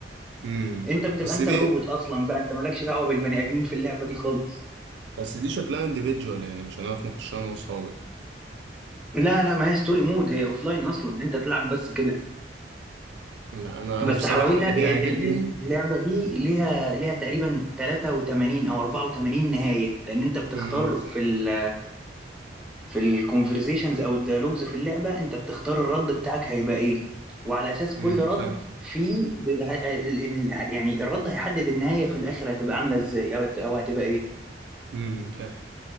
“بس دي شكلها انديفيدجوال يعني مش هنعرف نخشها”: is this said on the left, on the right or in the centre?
Right